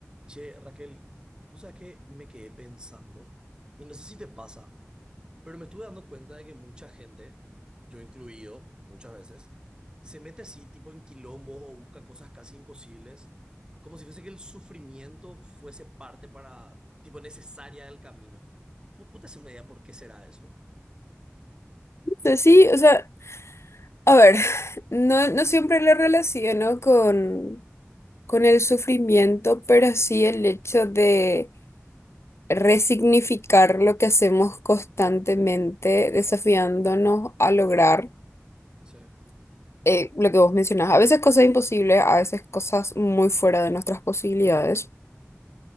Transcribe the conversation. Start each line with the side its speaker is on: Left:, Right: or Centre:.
Right: Che, Raquel, vos sabés que me quedé pensando, y no sé si te pasa, pero me estuve dando cuenta de que mucha gente, yo incluido muchas veces, se mete así, tipo en quilombos o busca cosas casi imposibles, como si fuese que el sufrimiento fuese parte para, tipo, necesaria del camino. ¿Vos vos te haces una idea por qué será eso?
Left: sea, sí, o sea, a ver, <sighs> no, no siempre lo relaciono con, con el sufrimiento, pero sí el hecho de resignificar lo que hacemos constantemente, desafiándonos a lograr
Right: Sí.
Left: eh, lo que vos mencionás. A veces cosas imposibles, a veces cosas muy fuera de nuestras posibilidades.